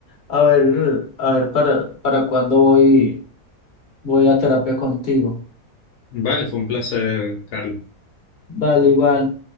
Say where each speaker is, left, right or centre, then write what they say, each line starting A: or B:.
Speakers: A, on the left (about 35°); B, on the left (about 80°).
A: a ver, a ver para, para cuándo voy, voy a terapia contigo.
B: Vale, fue un placer, Carlos.
A: Vale, igual.